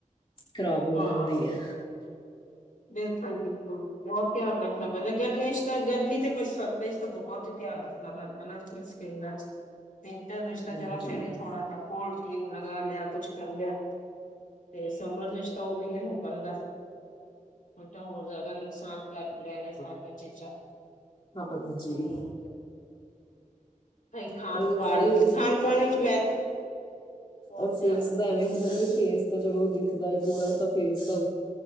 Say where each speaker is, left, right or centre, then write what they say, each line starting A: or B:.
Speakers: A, on the left (about 40°); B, on the left (about 75°).
A: ਖ਼ਰਾਬ ਹੋ
B: ਹਾਂ।
A: ਜਾਂਦੀ ਹੈ
B: ਬਿਲਕੁਲ ਬਿਲਕੁਲ ਬਹੁਤ ਧਿਆਨ ਰੱਖਣਾ ਪੈਂਦਾ ਗਰਮੀਆਂ ਚ ਤਾਂ ਗਰਮੀ ਤੇ ਬਰਸਾਤਾਂ ਚ ਤਾਂ ਬਹੁਤ ਹੀ ਧਿਆਨ ਰੱਖ ਨਾ ਆਪ ਸਕੀਨ ਵਿੰਟਰ ਵਿੱਚ
A: ਹਾਂਜੀ
B: ਤਾਂ ਚਲੋ ਫਿਰ ਵੀ ਥੋੜਾ ਜਿਹਾ ਗੋਲਡ ਕਰੀਮ ਲਗਾ ਲਿਆ ਕੁਛ ਕਰ ਲਿਆ ਤੇ ਸਮਰ ਵਿੱਚ ਤਾਂ ਉਹ ਵੀ ਨਹੀਂ ਹੋ ਪਾਦਾ ਉਹ ਤਾ ਹੋਰ ਜ਼ਿਆਦਾ ਨੁਕਸਾਨ ਕਰ ਬਾਰ ਬਾਰ ਚੀਜਾਂ
A: ਹਾਂਜੀ
B: ਹੁ। ਭ ਖਾਣ
A: ਉਹੀ
B: ਪਾਨ
A: ਹੈ ਵੀ
B: ਖਾਣ ਪਾਨ ਵਿੱਚ ਮੈਂ ਬਹੁਤ
A: ਔਰ
B: ਧਿਆਨ
A: ਫੇਸ
B: ਰੱਖਣਾ
A: ਦਾ ਐਵੇਂ
B: ਪੈਂਦਾ।
A: ਹੁੰਦਾ ਨਾ ਵੀ ਫੇਸ ਦਾ ਚਲੋ ਦਿਖਦਾ ਹੈ ਪੂਰਾ ਤਾਂ ਫੇਸ ਦਾ